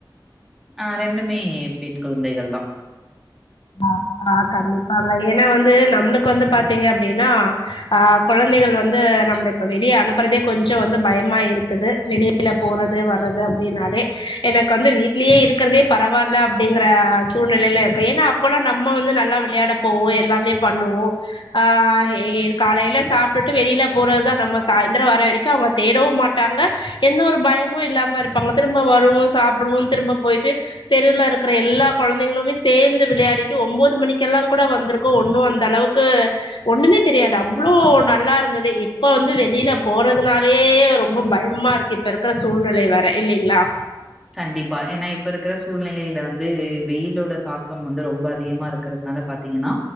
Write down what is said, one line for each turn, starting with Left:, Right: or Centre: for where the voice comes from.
Centre: ஆ ரெண்டுமே பெண் குழந்தைகள் தா
Left: ஆ ஆ கண்டிப்பாங்க ஏனா வந்து நம்மளுக்கு வந்து பாத்தீங்க அப்டின்னா ஆ கொழந்தைகள் வந்து நம்மள இப்ப வெளிய அனுப்புறதே கொஞ்ச வந்து பயமா இருக்குது வெளிய ளில போறது வர்றது அப்டினாலே எனக்கு வந்து வீட்லயே இருக்கிறதே பரவால்ல அப்டிங்கற சூழ்நிலையில இருக்கோ ஏனா அப்போல்லா நம்ம வந்து நல்லா விளையாட போவோ எல்லாமே பண்ணுவோ ஆ எ காலையில சாப்டுட்டு வெளியில போறதுதா நம்ம சாய்ந்திர வர வரைக்கு அவங்க தேடவு மாட் ட்டாங்க எந்த ஒரு பயமு இல்லாம இருப்பாங்க திரும்ப வருவோ சாப்புடுவோ திரும்ப போயிட்டு தெருல இருக்கற எல்லா கொழந்தைங்களுமே சேர்ந்து விளையாடிட்டு ஒம்போது மணிக்கெல்லா கூட வந்திருக்கோ ஒன்னு அந்த அளவுக்கு ஒண்ணுமே தெரியாது அவ்ளோ நல்லா இருந்தது இப்ப வந்து வெளியில போறதுனாலே ரொம்ப பயமா இருக் இப்ப இருக்கிற சூழ்நிலை வேற இல்லைங்ளா
Centre: கண்டிப்பா ஏனா இப்ப இருக்கிற சூழ்நிலையில வந்து வெயிலோட தாக்கம் வந்து ரொம்ப அதிகமா இருக் கிறதுனால பாத்தீங்கனா